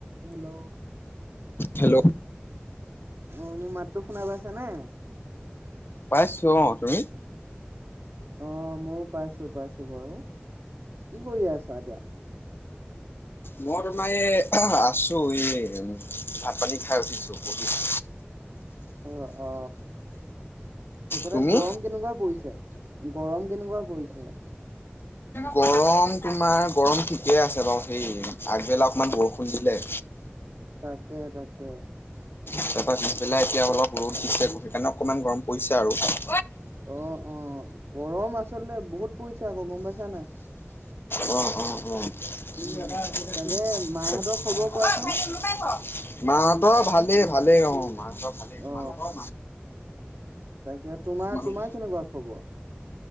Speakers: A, on the right (about 80°); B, on the left (about 65°).
A: Hello
B: hello
A: মোৰ মাতটো শুনা পাইছানে?
B: পাইছো অ তুমি <unintelligible>
A: অ ময়ো পাইছো পাইছো বাঈ কি কৰি আ আছা এতিয়া
B: মই তোমাৰ এই আছো এই উম ভাত পানী খাই উঠিছো বহিছো
A: অ অ সেইফালে
B: তুমি
A: গৰম কেনেকোৱা পৰিছে গৰম কেনেকোৱা পৰিছে
B: গৰম তোমাৰ গৰম ঠিকে আছে বাৰু। সেই আগবেলা অকমান বৰষুণ দিছিলে।
A: তাকে, তাকে।
B: তাৰপৰা পিছবেলাই এতিয়া অলপ ৰ'দ দিছে, সেইকাৰণে অকণমান গৰম পৰিছে আৰু।
A: অ, অ গৰম আচলতে বহুত পৰিছে আকৌ গম পাইছানে নাই?
B: অ, অ, অ। <unintelligible>
A: উম তাকে মাহঁতৰ খবৰ কোৱাচোন
B: মাহঁতৰ ভালেই। ভালেই অ মা ভালেই, তোমালোকৰ?
A: অ তাকে তোমাৰ-তোমাৰ
B: তোমালোক
A: কেনেকুৱা খবৰ?